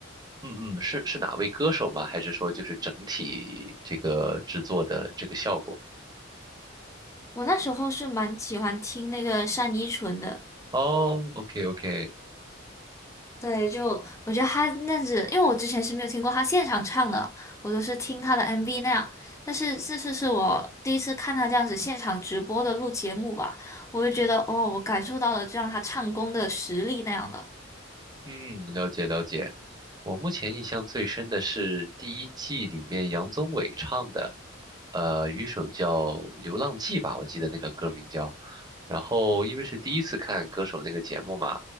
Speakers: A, on the right; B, on the left.
A: 嗯嗯，是是哪位歌手吗？还是说就是整体这个制作的这个效果？
B: 我那时候是蛮喜欢听那个单依纯的。
A: 哦，OK OK，
B: 对，就我觉得他那样子，因为我之前是没有听过他现场唱的，我都是听他的 MV 那样。但是这次是我第一次看他这样子现场直播的录节目吧，我就觉得哦，我感受到了这样他唱功的实力那样的。
A: 嗯，了解了解。我目前印象最深的是第一季里面杨宗纬唱的，呃，有一首叫《流浪记》吧，我记得那个歌名叫。然后因为是第一次看歌手那个节目嘛，